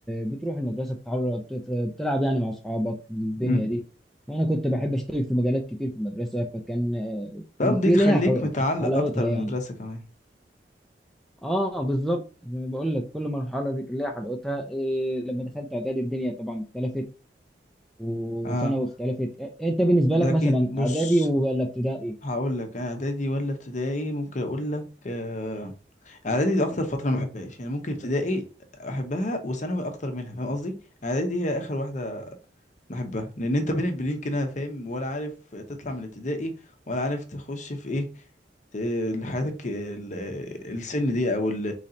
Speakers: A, in the centre; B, on the left.
A: بتروح المدرسه بتعر- بت- بتلعب يعني مع اصحابك الدنيا
B: امم
A: دي وانا كنت بحب اشترك في مجالات كتير في المدرسه فكان
B: طب دي
A: في
B: تخليك
A: ليها حل-
B: متعلق
A: حلاوتها
B: اكتر بالمدرسه
A: يعني
B: كمان
A: اه بالظبط يعني بقول لك كل مرحله دي كان ليها حلاوتها إيه لما دخلت اعدادي الدنيا طبعا اختلفت وثانوي
B: اه
A: اختلفت إيه- انت بالنسبه
B: ده
A: لك
B: اكيد
A: مثلا
B: بص
A: اعدادي ولا ابتدائي
B: هقول لك انا اعدادي ولا ابتدائي ممكن اقول لك آه، اعدادي دي اكتر فتره ما بحبهاش يعني ممكن ابتدائي احبها وثانوي اكتر منها فاهم قصدي اعدادي دي هي اخر واحده بحبها لان انت بين البنين كده فاهم ولا عارف تطلع من الابتدائي ولا عارف تخش في ايه ت- لحياتك ال- السن دي او ال-